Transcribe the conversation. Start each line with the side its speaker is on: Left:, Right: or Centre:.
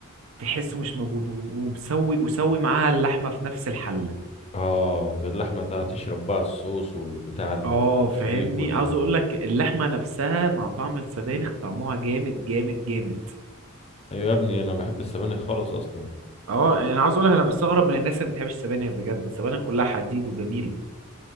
Right: تحسه مش موجود و- ومسوي وسوي معاها اللحمه في نفس الحله
Left: اه ده اللحمة ده هتشرب بقى الصوص والبتاع ال-
Right: اه
Left: الفريك
Right: فاهمني
Left: وال...
Right: عاوز
Left: وال...
Right: اقول لك اللحمه نفسها مع طعم السبانخ طعمها جامد جامد جامد
Left: ايوه يا ابني انا بحب السبانخ خالص اصلا
Right: اه يعني انا عاوز اقول لك انا بستغرب من الناس اللي ما بتحبش السبانخ بجد السبانخ كلها حديد وجميله